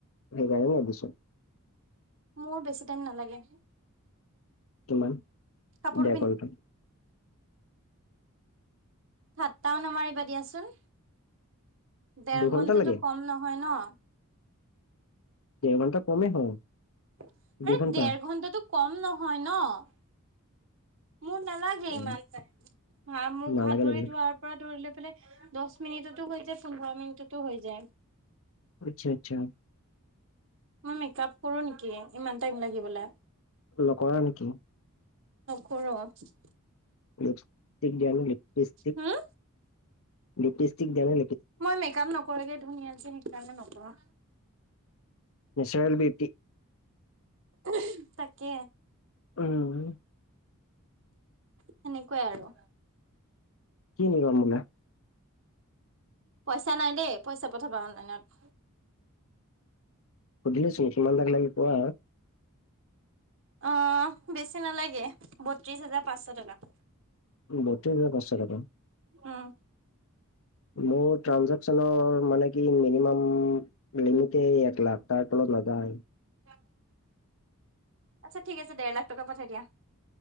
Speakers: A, on the left; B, on the right.
A: সেইবাৰে ৰাদিছো
B: মোৰ বেছি টাইম নালাগে।
A: কিমান
B: কাপোৰ
A: দে কণ্টল।
B: ঠাতটাও নামাৰিবা দিয়াচোন। ডেৰ
A: দুঘন্টা
B: ঘণ্টাটো
A: লাগে
B: কম নহয় ন'?
A: ডেৰ ঘণ্টা কমে হয়।
B: আৰে
A: দুই ঘন্টা
B: ডেৰ ঘন্টাটো কম নহয় ন'? মোৰ নালাগে ইমান
A: অ,
B: টাইম, হা মুখ,
A: নালাগে
B: হাত
A: নেকি
B: ভৰি ধোৱাৰ পৰা ধৰিলে বোলে দহ মিনিটতো হৈ যায় পোন্ধৰ মিনিটতো হৈ যায়।
A: আচ্ছা-আচ্ছা।
B: মই মেকআপ কৰোঁ নেকি ইমান টাইম লাগিবলে
A: নকৰা নেকি?
B: নকৰোঁ <inaudible>
A: লিপিষ্টিক দিয়া নে লিপিষ্টিক
B: হম?
A: লিপষ্টিক দিয়া নে
B: মই মেকআপ নকৰাকে ধুনীয়া যে সেইকাৰণে নকৰোঁ।
A: নেচাৰেল বিউটি,
B: <unintelligible> তাকে
A: উম
B: সেনেকুৱাই আৰু
A: কি আনিবা মোলে?
B: পইচা নাই দেই, পইচা পঠাবা অনলাইনত।
A: সুধিলো চোন কিমান <unintelligible> লাগে কোৱা
B: অ' বেছি নালাগে, বত্ৰিশ হাজাৰ পাঁচশ টকা।
A: বত্ৰিশ হেজাৰ পাঁচশ টকা
B: উম
A: মোৰ ট্ৰানঞ্জাকচনৰ মানে কি মিনিমাম লিমিতে এক লাখ তাৰ তলত নাযায়।
B: <unintelligible> আচ্ছা ঠিক আছে ডেৰ লাখ টকা পঠাই দিয়া।